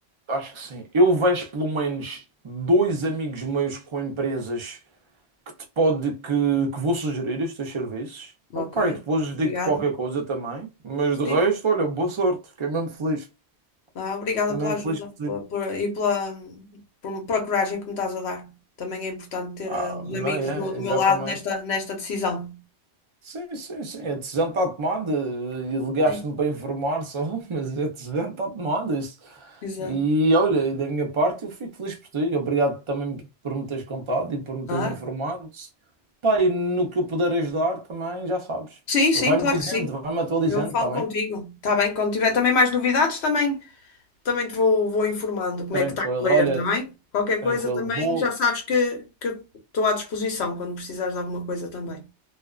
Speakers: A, on the right; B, on the left.
A: acho que sim, eu vejo pelo menos dois amigos meus com empresas que te pode que, que vou sugerir os teus serviços.
B: Ok,
A: Opa, e depois
B: obrigada.
A: digo-te qualquer coisa também, mas
B: Sim,
A: de resto, olha, boa sorte, fiquei mesmo feliz.
B: ah, obrigada
A: Fiquei mesmo
B: pela ajuda
A: feliz por ti.
B: pela- pela- e pela, por- pela coragem que me estás a dar. Também é importante ter
A: Ah,
B: eh, os
A: não
B: amigos
A: é?
B: do, do
A: Exatamente.
B: meu lado nesta, nesta decisão.
A: Sim, sim, sim, a decisão está tomada e ligaste-me
B: Sim,
A: para informar só, <laughs> mas a decisão está tomada. Isso.
B: exato.
A: E olha, da minha parte, eu fico feliz por ti. Obrigado também por me teres contado e por me teres
B: Ah,
A: informado. Pá, e no que eu puder ajudar também, já sabes.
B: sim, sim,
A: Vai-me
B: claro
A: dizendo,
B: que sim.
A: vai-me atualizando,
B: Eu falo
A: está bem?
B: contigo. Está bem, quando tiver também mais novidades, também. Também te vou, vou informando como
A: Tranquilo,
B: é que está a correr,
A: olha,
B: está bem? Qualquer
A: tranquilo,
B: coisa também
A: boa.
B: já sabes que, que eu estou à disposição quando precisares de alguma coisa também.